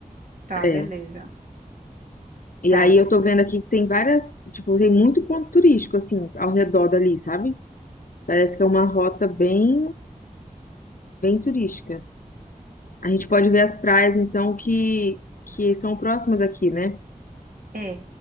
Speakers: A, on the right (about 70°); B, on the left (about 70°).
A: Tá,
B: É.
A: beleza.
B: E
A: Tá.
B: aí eu tô vendo aqui que tem várias, tipo, tem muito ponto turístico, assim, ao redor dali, sabe? Parece que é uma rota bem, bem turística. A gente pode ver as praias, então, que, que são próximas aqui, né?
A: É,